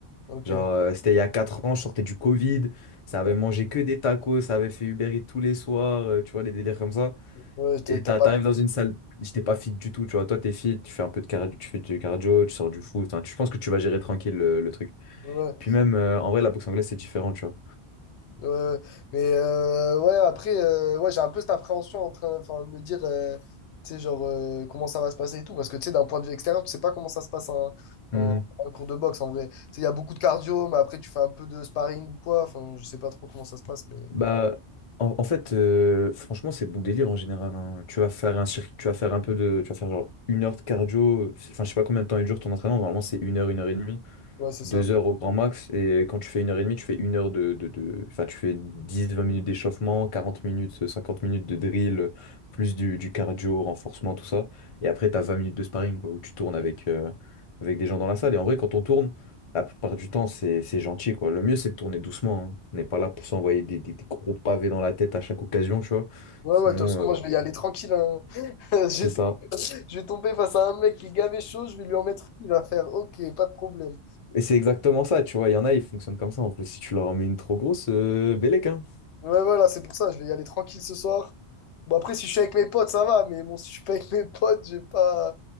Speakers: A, on the left; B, on the left.
A: Ok.
B: Genre, euh, c'était il y a 4 ans, je sortais du Covid, ça avait
A: Ouais,
B: mangé que des tacos, ça avait fait Uber Eats tous les soirs, euh, tu vois, les délires comme ça.
A: ouais, t'as
B: Et t'a-
A: t'as pas.
B: t'arrives dans une salle, j'étais pas fit du tout, tu vois. Toi, t'es fit, tu fais un peu de cardio, tu fais du cardio, tu sors du foot, hein, tu je pense que tu vas gérer tranquille le, le truc.
A: Ouais.
B: Puis même, euh, en vrai, la boxe anglaise, c'est différent, tu vois.
A: Ouais, ouais. mais euh, ouais, après, euh, ouais, j'ai un peu cette appréhension en train enfin, de me dire, euh, tu sais, genre, euh, comment ça va se passer et tout. Parce que, tu sais, d'un point de vue extérieur, tu sais pas comment ça se passe un,
B: Hmm.
A: un, un cours de boxe en vrai. Tu sais, il y a beaucoup de cardio, mais après, tu fais un peu de sparring ou quoi. Enfin, je sais pas trop comment ça se passe, mais
B: Bah,
A: ouais,
B: en, en fait, euh, franchement, c'est bon délire en général. hein. Tu vas faire un circuit, tu vas faire un peu de, tu vas faire genre une heure de cardio, enfin, je sais pas combien de temps il dure ton entraînement, normalement, c'est une heure, une heure et demie.
A: ouais, c'est
B: deux
A: ça.
B: heures au grand max. Et quand tu fais une heure et demie, tu fais une heure de, de, de- enfin, tu fais dix vingt minutes d'échauffement, 40 minutes, euh, 50 minutes de drill, plus du, du cardio, renforcement, tout ça. Et après, tu as 20 minutes de sparring, quoi, où tu tournes avec, euh, avec des gens dans la salle. Et en vrai, quand on tourne, la plupart du temps, c'est, c'est gentil, quoi. Le mieux, c'est de tourner doucement. hein. On n'est pas là pour s'envoyer des, des- des gros pavés dans la tête à chaque occasion, tu vois.
A: Ouais,
B: Sinon,
A: ouais, de toute façon,
B: euh,
A: moi, je vais y aller tranquille. hein. <laughs> Je
B: c'est
A: vais
B: ça.
A: tomber, je vais tomber face à un mec qui est gavé chaud, je vais lui en mettre une, il va faire, ok, pas de problème.
B: Et c'est exactement ça, tu vois. Il y en a, ils fonctionnent comme ça. En plus, si tu leur en mets une trop grosse, euh, bellec, hein.
A: Ouais, voilà, c'est pour ça, je vais y aller tranquille ce soir. Bon, après, si je suis avec mes potes, ça va, mais bon, si je suis pas avec mes potes, je vais pas,